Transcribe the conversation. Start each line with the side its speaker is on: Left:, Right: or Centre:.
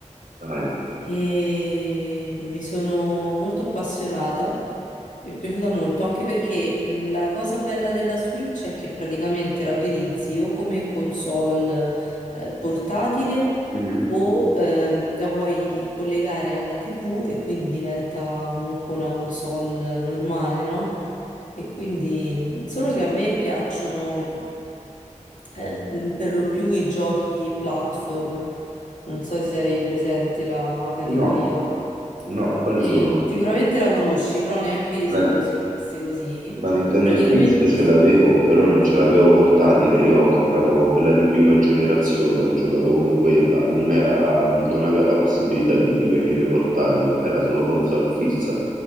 Right: Dai.
Left: e mi sono molto appassionata, mi è piaciuta molto, anche perché la cosa bella della Switch è che praticamente la utilizzi o come console eh, portatile
Right: Mhm.
Left: o ehm, la puoi collegare alla TV e quindi diventa comunque una console normale, no? E quindi mhmm, solo che a me piacciono eh, per lo più i giochi platform. Non so se hai presente la categoria.
Right: No, no, quali
Left: E
Right: sono?
Left: sicuramente la conosci, però neanche io sapevo
Right: La-
Left: si chiamasse così.
Right: La Nintendo
Left: Praticamente,
Right: Switch ce l'avevo, però non ce l'avevo portatile. Io ho comprato quella di prima generazione, ho giocato con quella e non era, non aveva la possibilità di divenire portatile, era solo console fissa.